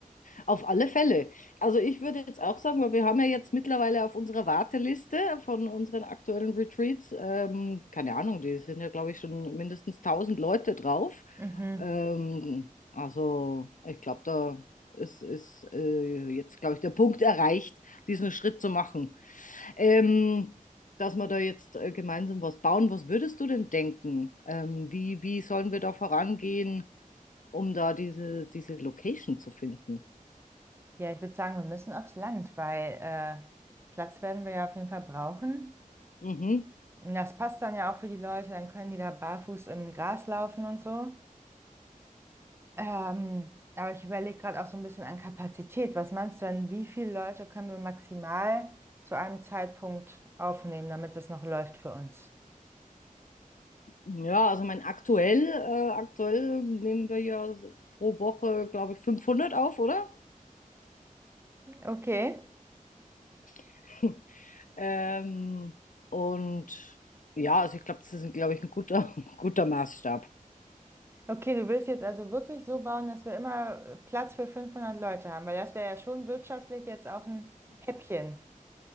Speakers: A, on the left (about 65°); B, on the right (about 15°).
A: Auf alle Fälle. Also ich würde jetzt auch sagen, weil wir haben ja jetzt mittlerweile auf unserer Warteliste von unseren aktuellen Retreats, ähm, keine Ahnung, die sind ja, glaube ich, schon mindestens tausend Leute drauf.
B: Mhm.
A: Ähm, also ich glaube, da ist, ist äh, jetzt, glaube ich, der Punkt erreicht, diesen Schritt zu machen. Ähm, dass wir da jetzt äh, gemeinsam was bauen. Was würdest du denn denken? Ähm, wie, wie sollen wir da vorangehen, um da diese, diese Location zu finden?
B: Ja, ich würde sagen, wir müssen aufs Land, weil äh, Platz werden wir ja auf jeden Fall brauchen.
A: Mhm.
B: Und Das passt dann ja auch für die Leute, dann können die da barfuß im Gras laufen und so. Ähm, aber ich überlege gerade auch so ein bisschen an Kapazität. Was meinst du denn, wie viele Leute können wir maximal zu einem Zeitpunkt aufnehmen, damit das noch läuft für uns?
A: Ja, also mein aktuell, äh, aktuell nehmen wir ja pro Woche, glaube ich, 500 auf, oder?
B: Okay.
A: <laughs> Ähm, und ja, also ich glaube, das ist, glaube ich, ein guter, <laughs> guter Maßstab.
B: Okay, du willst jetzt also wirklich so bauen, dass wir immer äh, Platz für 500 Leute haben, weil das wäre ja schon wirtschaftlich jetzt auch ein Häppchen.